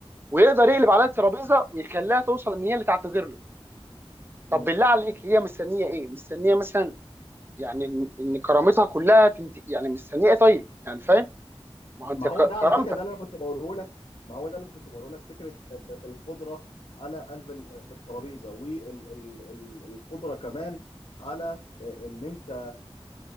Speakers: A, on the right; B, on the left.
A: ويقدر يقلب عليها الترابيزه ويخليها توصل ان هي اللي تعتذر له
B: مم.
A: طب بالله عليك هي مستنيه ايه مستنيه مثلا يعني ان إن كرامتها كلها تنت... يعني مستنيه ايه طيب يعني فاهم ما هو انت
B: ما
A: ك...
B: هو ده
A: كرامتك
B: على فكره ده اللي انا كنت بقوله لك ما هو ده اللي كنت بقوله لك فكره القدره على قلب الترابيزه والقدره كمان على ان انت